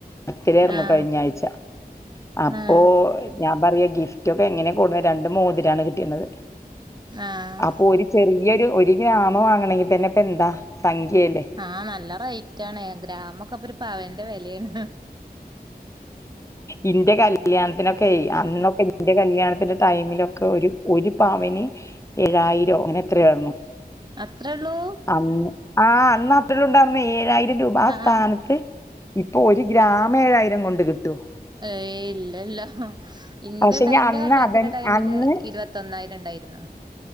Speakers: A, on the left; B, on the right.
A: ബർത്തഡേ ആരുന്നു
B: ആഹ്
A: കഴിഞ്ഞ ആഴ്ച അപ്പോ-
B: ആഹ്
A: ഞാൻ പറയാ ഗിഫ്റ്റ് ഒക്കെ എങ്ങനെയ കൂടുന്നത് രണ്ട് മോതിരാണ് കിട്ടിയുന്നത്
B: ആഹ്
A: അപ്പൊ ഒരു- ചെറിയൊരു ഒരു ഗ്രാമ് വാങ്ങണെങ്കിൽ തന്നെ ഇപ്പ എന്താ സംഖ്യല്ലേ
B: ആഹ് നല്ല റേറ്റ് ആണ് ഗ്രാമൊക്കെ അപ്പൊ ഒരു പവന്റെ വെലയാണ്
A: ഇന്റെ കല്യാണത്തിനൊക്കെ അന്നൊക്കെ ഇന്റെ കല്യാണത്തിന്റെ ടൈമിലൊക്കെ- ഒരു ഒരു പവന് ഏഴായിരം അങ്ങനെ എത്ര വരണു
B: അത്രേയുള്ളൂ
A: അന്ന് ആഹ് അന്ന് അത്രേയുണ്ടായിരുന്ന ഏഴായിരം രൂപ ആ
B: ആഹ്
A: സ്ഥാനത്ത് ഇപ്പൊ ഒരു ഗ്രാമ് ഏഴായിരം കൊണ്ട് കിട്ടും
B: ഏയ് ഇല്ലല്ലോ ഇന്റെ
A: പക്ഷെങ്കി
B: <unintelligible> കല്യാണത്തിന്റെ
A: അന്ന് അതൻ
B: ടൈമില്
A: അന്ന്
B: ഇരുപത്തിന്നായിരം ഉണ്ടായിരുന്നു